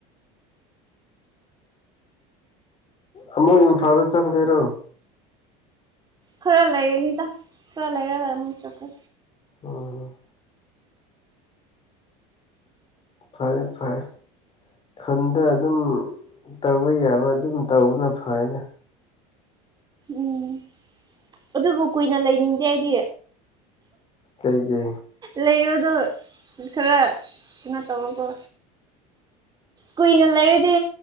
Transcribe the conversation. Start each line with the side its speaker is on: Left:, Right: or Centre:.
Left: ꯑꯃꯨꯛ ꯏꯝꯐꯥꯜꯗ ꯆꯟꯕꯤꯔꯣ
Right: ꯈꯔ ꯂꯩꯔꯅꯤꯗ ꯈꯔ ꯂꯩꯔꯒ ꯑꯃꯨꯛ ꯆꯠꯈ꯭ꯔꯦ
Left: ꯎꯝ ꯐꯔꯦ ꯐꯔꯦ ꯈꯨꯟꯗ ꯑꯗꯨꯝ ꯇꯧꯕ ꯌꯥꯕ ꯑꯗꯨꯝ ꯇꯧꯕꯅ ꯐꯩꯅ
Right: ꯎꯝ ꯑꯗꯨꯕꯨ ꯀꯨꯏꯅ ꯂꯩꯅꯤꯡꯗꯦ ꯑꯩꯗꯤ
Left: ꯀꯩꯒꯤ
Right: ꯂꯩꯕꯗꯣ ꯈꯔ ꯀꯩꯅꯣ ꯇꯧꯋꯀꯣ ꯀꯨꯏꯅ ꯂꯩꯔꯗꯤ